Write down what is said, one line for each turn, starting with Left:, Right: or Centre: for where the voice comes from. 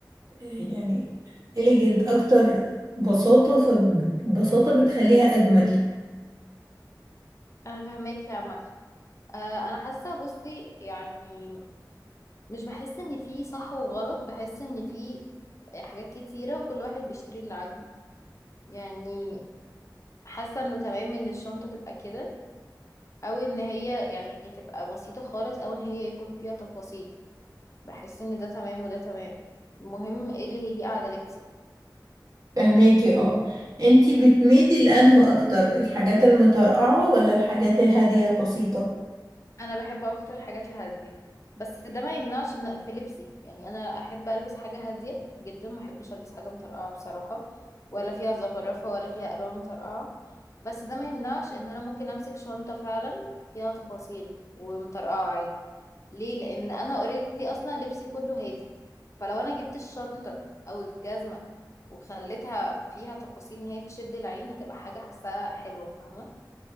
Right: يعني إليجنت اكتر بساطة فبساطة بتخليها اجمل
Left: انا فاهمك يا عمر آه انا حاسه بصي يعني مش بحس ان في صح وغلط بحس ان في حاجات كتيره وكل واحد بيشتري اللي عاجبه يعني حاسه انه تمام ان الشنطه تبقى كده او ان هي يعني تبقى بسيطه خالص او ان هي يكون فيها تفاصيل بحس ان ده تمام وده تمام المهم ايه اللي هيليق على لبسك
Right: فهماكي اه انتي بتميلي لانه اكتر الحاجات المترقعة ولا الحاجات الهادية البسيطة
Left: انا بحب اكتر الحاجات الهاديه بس ده ما يمنعش ان في لبسي يعني انا احب البس حاجه هاديه جدا ما احبش البس حاجه مطرقعه بصراحه ولا فيها زخرفه ولا فيها الوان مطرقعه بس ده ما يمنعش ان انا ممكن امسك شنطه فعلا فيها تفاصيل ومطرقعه عادي ليه لان انا اوريدي اصلا لبسي كله هادي فلو انا جبت الشنطه او الجزمه وخليتها فيها تفاصيل ان هي تشد العين هتبقى حاجه حاساها حلوه فاهمه